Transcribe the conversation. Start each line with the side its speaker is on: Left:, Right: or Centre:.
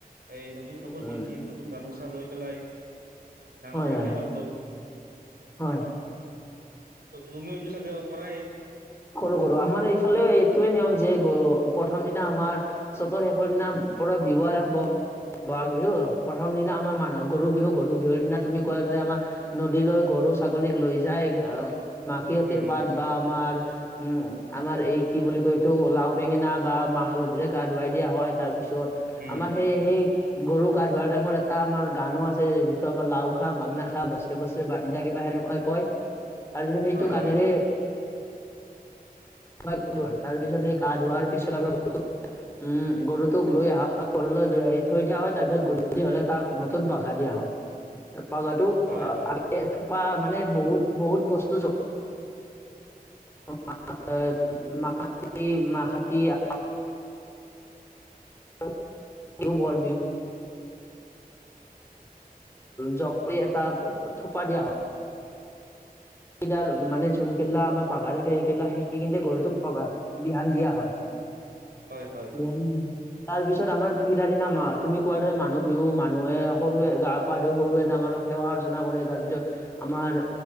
Right: এই নতুন কাপোৰ
Left: উম। উম
Right: পিন্ধি নতুন গামোচা লৈ পেলাই ডাঙৰৰ
Left: হয়,
Right: আশীৰ্বাদ
Left: হয়, হয়,
Right: লওঁ
Left: হয়।
Right: তুমিও এইটো চাগে কৰাই
Left: কৰোঁ কৰোঁ আমাৰ এইফালে এইটোৱে নিয়ম যে গ প্ৰথম দিনা আমাৰ চতৰ শেষৰ দিনা পৰা বিহু আৰম্ভ বহাগ বিহু প্ৰথম দিনা আমাৰ মানুহ গৰু বিহু গৰু বিহুৰ দিনা তুমি কোৱা যে আমাৰ নদীলৈ গৰু ছাগলীক লৈ যায় আহ মাখিয়তীৰ
Right: উম
Left: পাত বা আমাৰ উম আমাৰ এই কি বুলি কয় এইটো লাও বেঙেনা বা মাহ হালধিৰে গা ধুৱাই দিয়া হয় তাৰ পিছত
Right: উম
Left: আমাৰ সেই সেই গৰু গা ধোৱাৰ টাইমত এটা আমাৰ গানো আছে আমাৰ লাও খা বােঙনা খা বছৰে বছৰে বাঢ়ি যা কিবা সেনেকুৱাই কয় আৰু সে সেইটো
Right: হয়
Left: গানেৰে
Right: হয়
Left: <unintelligible> তাৰ পিছত সেই গা ধোৱাৰ পিছত <unintelligible> উম, গৰুটোক লৈ আ গৰুলৈ লৈ আহি থৈ দিয়া হয়, তাৰ পিছত গ--লি হ'লে তাক নতুন পাঘা দিয়া হয়। পাঘাটো
Right: হয়
Left: <unintelligible>
Right: হয়
Left: থোপা মানে বহুত বহুত বস্তু জ
Right: <inaudible>
Left: <unintelligible> <unintelligible> <unintelligible> জক কৈ এটা থোপা দিয়া হ কেইডাল মানে যোনকেইলা আমাৰ পাঘা থাকে সেকেলা সেকি কি খিনিতে গৰুটোক পঘা বিহান দিয়া হয়।
Right: হয় হয়।
Left: <unintelligible> তাৰ পিছত আমাৰ <unintelligible> সিদিনা মা তুমি কোৱা দৰে, মানুহ বিহু মানুহে সৰুৱে গা পা ধুই সৰুৱে ডাঙৰক সেৱা অৰ্চনা কৰে। তাৰ পিছত আমাৰ